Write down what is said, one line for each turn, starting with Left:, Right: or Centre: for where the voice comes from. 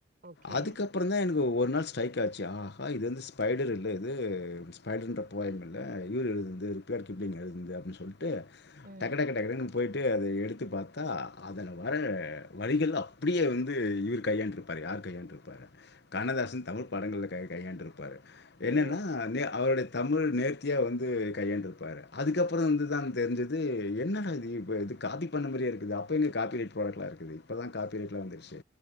Right: ஓகே.
Left: அதுக்கப்றோ தா எனக் கு ஒரு நாள் ஸ்ட்ரைக் ஆச்சு ஆஹா இது வந்து ஸ்பைடர் இல்ல இது இது ஸ்பைடர்ன்ற போயம் இல்ல இவுரு இது ருட்யார்ட் கிப்ளிங் எழுதுனது அப்டின் சொல்லி ட்டு
Right: ம்.
Left: டக்கு டக்கு டக்குன்னு போய்ட்டு அத எடுத்து பாத்தா அதுல வர வரிகள் அப்டியே வந்து இவர் கையாண்டிருப்பாரு யார் கையாண்டுருப்பார் கண்ணதாசன் தமிழ் படங்கள்ல கை கையாண்ட்ருப்பாரு என்னன்னா
Right: ஓ!
Left: அதே அ அவருடைய தமிழ் நேர்த்தியா வந்து கையாண்டிருப்பாரு அதுக்கப்றோ வந்து தா தெரிஞ்சிது என்னடா இது இப்ப இது காப்பி பண்ண மாரியே இருக்குது அப்போ எங்க காப்பிரைட் ப்ராடக்லா இருக்குது இப்போ தா காப்பிரைட்லா வந்துச்சு